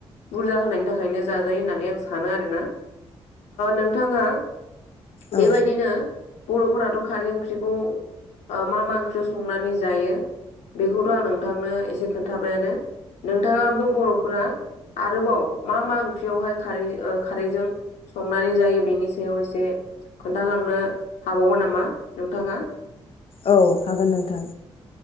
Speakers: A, on the left; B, on the left.
A: बुरजा होनायनि थाखायनो जाजायो होननानै आं सानो आरो ना नोंथाङा
B: औ
A: बेबायदिनो बर'फोराथ' खारै ओंख्रिखौ मा मा ओंख्रियाव संनानै जायो बेखौथ' आं नोंथांनो एसे खोन्थाबायानो नोंथाङाबो बर'फोरा आरोबाव मा मा ओंख्रियावहाय खारै खारैजों संनानै जायो बेनि सायाव एसे खोन्थालांनो हाबावगों नामा नोंथाङा
B: औ हागोन नोंथां